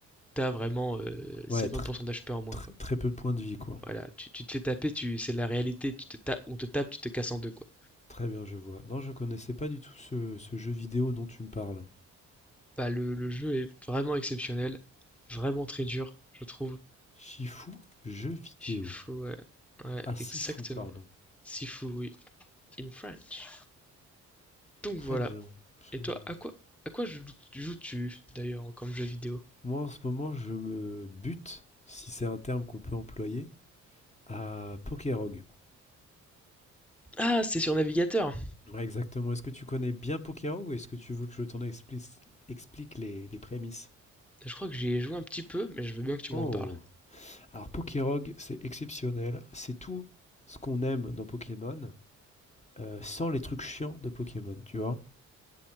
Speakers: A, in the centre; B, on the left (about 20°).
A: t'as vraiment euh, 50%
B: Ouais, tr-
A: d'HP en moins,
B: tr-
A: quoi.
B: très peu de points de vie, quoi.
A: Voilà, tu, tu te fais taper, tu, c'est la réalité. Tu te ta- on te tape, tu te casses en deux, quoi.
B: Très bien, je vois. Non, je connaissais pas du tout ce, ce jeu vidéo dont tu me parles.
A: Bah, le, le jeu est vraiment exceptionnel, vraiment très dur, je trouve.
B: Shifu, jeu vidéo.
A: Shifu, ouais. Ouais,
B: Ah, Sifu,
A: exactement.
B: pardon.
A: Sifu, oui, in French. Donc
B: Très
A: voilà.
B: bien. Je-
A: Et toi, à quoi, à quoi joues-tu d'ailleurs comme jeu vidéo?
B: Moi, en ce moment, je me bute, si c'est un terme qu'on peut employer, à Pokerog.
A: Ah, c'est sur navigateur.
B: Ouais, exactement. Est-ce que tu connais bien Pokerog ou est-ce que tu veux que je t'en explique, explique les, les prémices?
A: Je crois que j'y ai joué un petit peu, mais je veux bien que tu
B: Oh.
A: m'en parles.
B: Alors, Pokerog, c'est exceptionnel. C'est tout ce qu'on aime dans Pokémon, euh, sans les trucs chiants de Pokémon, tu vois?